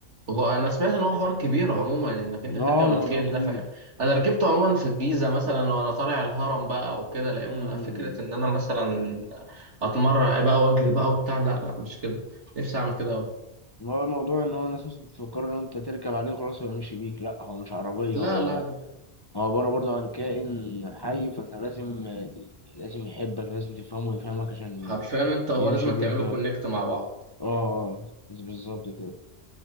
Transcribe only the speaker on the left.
اه الموضوع
كبير
مم.
هو الموضوع ان هو الناس مثلا بتفكر ان انت تركب عليه خلاص ويمشي بيك لا هو مش عربيه
هو
هو عباره برضه عن كائن حي فانت لازم لازم يحبك لازم تفهمه ويفهمك عشان
يمشي
بيك
اه
اه آه، بالظبط كده